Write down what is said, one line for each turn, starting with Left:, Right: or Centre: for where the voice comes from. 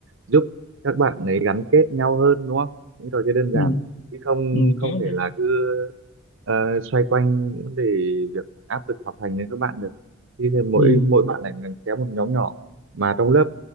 Right: giúp các bạn ấy gắn kết nhau hơn đúng không những trò chơi đơn giản
Left: ừ,
Right: chứ không
Left: ừ,
Right: không
Left: có
Right: thể
Left: nè
Right: là cứ ờ, xoay quanh những vấn đề việc áp lực học hành đến các bạn được thì, thì mỗi
Left: ừ,
Right: mỗi bạn lại ngần- kéo một nhóm nhỏ mà trong lớp